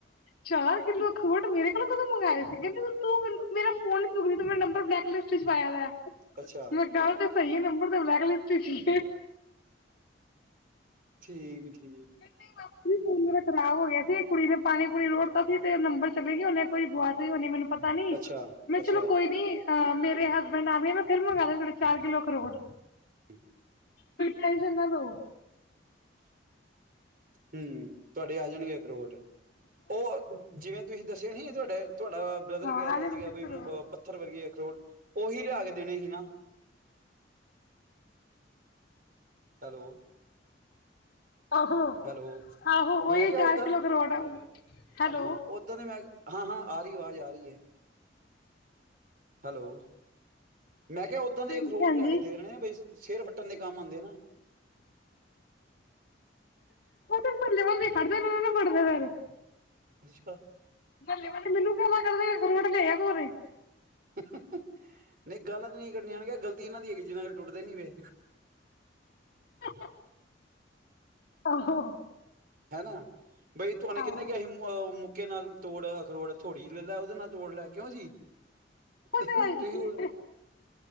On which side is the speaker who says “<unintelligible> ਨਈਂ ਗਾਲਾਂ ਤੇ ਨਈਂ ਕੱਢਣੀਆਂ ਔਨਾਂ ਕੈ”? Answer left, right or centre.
Right